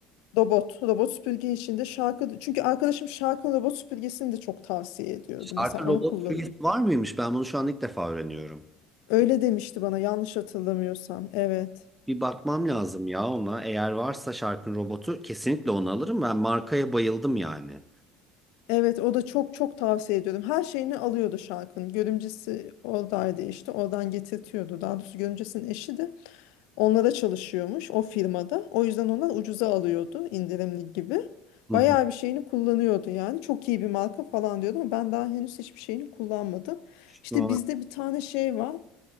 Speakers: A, on the left; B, in the centre.
A: Robot, robot süpürge içinde şarkı. Çünkü arkadaşım şarkının robot süpürgesini de çok tavsiye ediyordu. Mesela
B: Artı
A: onu
B: Roblox
A: kullanıyor.
B: Free'si var mıymış? Ben bunu şu an ilk defa öğreniyorum.
A: Öyle demişti bana yanlış hatırlamıyorsam. Evet.
B: Bir bakmam lazım ya ona. Eğer varsa şarkın robotu kesinlikle onu alırım. Ben markaya bayıldım yani.
A: Evet o da çok çok tavsiye ediyordum. Her şeyini alıyordu şarkının. Görümcesi oradaydı işte. Oradan getirtiyordu. Daha doğrusu görümcesinin eşi de. Onlara çalışıyormuş o firmada. O yüzden onlar ucuza alıyordu indirimli gibi.
B: Hı
A: Bayağı
B: hı.
A: bir şeyini kullanıyordu yani. Çok iyi bir marka falan diyordu ama ben daha henüz hiçbir şeyini kullanmadım. İşte
B: Şu an
A: bizde bir tane şey var.